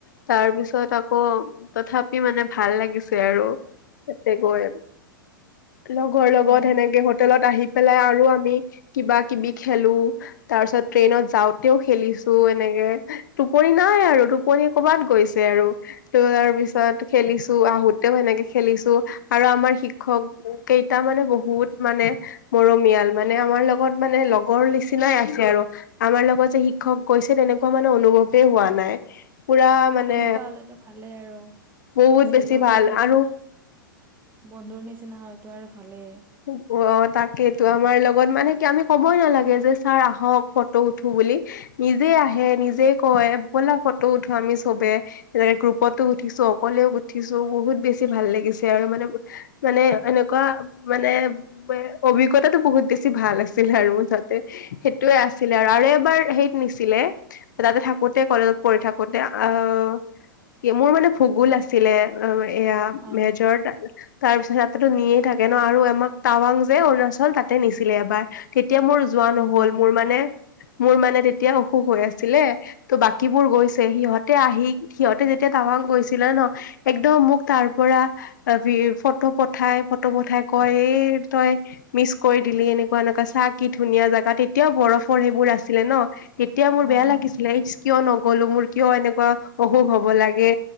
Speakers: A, on the left (about 60°); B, on the right (about 20°).
A: তাৰ পিছত আকৌ তথাপি মানে ভাল লাগিছে আৰু তাতে গৈ। লগৰ লগত
B: অ
A: সেনেকে হোটেলত আহি পেলাই আৰু আমি কিবা কিবি খেলো। তাৰ পিছত ট্ৰেইনত যাওঁতেও খেলিছোঁ এনেকে, টোপনি নাই আৰু পনি ক'বাত গৈছে আৰু, ত' তাৰ পিছত খেলিছোঁ, আহোতেও সেনেকে খেলিছোঁ। আৰু আমাৰ শিক্ষক কেইটা মানে বহুত মানে মৰমিয়াল, মানে আমাৰ লগত মানে লগৰ নিচিনাই আছে আৰু। আমাৰ লগত যে শিক্ষক গৈছে, তেনেকুৱা মানে অনুভৱেই হোৱা নাই, পুৰা মানে
B: তেনেকুৱা হলেতো ভালেই আৰু,
A: বহুত
B: আচৰ্যবোৰ
A: বেছি ভাল
B: যদি
A: আৰু
B: বন্ধুৰ নিচিনা হয়তো আৰু ভালেই।
A: অ', তাকেইেতো। আমাৰ লগত মানে কি আমি কবই নালাগে যে, ছাৰ আহক ফটো উঠো বুলি। নিজেই আহে, নিজেই কয়, ব'লা ফটো উঠো আমি চবেই। তেনেক গ্ৰুপতো উঠিছোঁ, অকলেও উঠিছোঁ, বহুত বেছি ভাল লাগিছে, আৰু মানে মানে এনেকুৱা মানে অভিজ্ঞতাটো বহুত বেছি ভাল আছিল আৰু মুঠতে। সেইটোয়েই আছিলে আৰু, আৰু এবাৰ হেৰিত নিছিলে। তাতে থাকোতে, কলেজত পঢ়ি থাকোতে, অহ কি মোৰ মানে ভূগোল আছিলে, অ', এইয়া
B: অ
A: মেজৰ তাৰপিছত তাতেতো নিয়েই থাকে ন আৰু আমাক টাৱাং যে অৰুণাচল, তাতেই নিছিলে এবাৰ। তেতিয়া মোৰ যোৱা নহল,
B: অ ভালেই
A: মোৰ মানে মোৰ মানে তেতিয়া অসুখ হৈ আছিলে। ত' বাকীবোৰ গৈছে, সিহঁতে আহি সিহঁতে যেতিয়া টাৱাং গৈছিলে ন' একদম মোক তাৰ পৰা যি ফটো পঠাই পঠাই কয়, এই তই মিচ কৰি দিলি, এনেকুৱা এনেকুৱা চা কি ধুনীয়া জেগা, তে তিয়া বৰফৰ সেইবোৰ আছিলে ন', তেতিয়া মোৰ
B: অ
A: বেয়া লাগিছিলে।
B: অ
A: কিয় নগলো, মোৰ কিয় এনেকুৱা অসুখ হব লাগে,